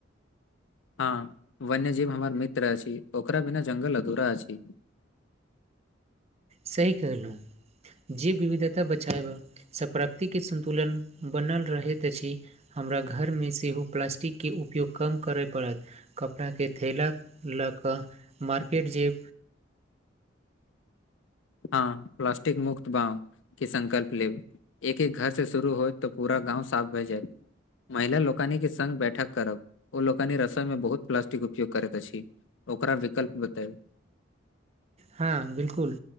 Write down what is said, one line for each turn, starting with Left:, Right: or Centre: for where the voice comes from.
Left: हँ वन्यजीव हमर मित्र अछि ओकरा बिना जंगल अधूरा अछि
Right: सही कहलु जे विविधता बचएबसँ प्रकृति के संन्तुलन बनल रहैत अछि हमरा घरमे सेहो प्लास्टिकके उपयोग कम करय पड़त कपड़ाके थैेला लऽ कऽ मार्केट जे
Left: हँ प्लास्टिक मुक्त बाम क संकल्प लेब एक एक घर से शुरू होत तऽ पूरा गाँव साफ भए जायत महिला लोकनी के संग बैठक करब ओ लोकनी रसोई में बहुत प्लास्टिक उपयोग करैत अछि ओकरा विकल्प बतैब
Right: हँ बिलकुल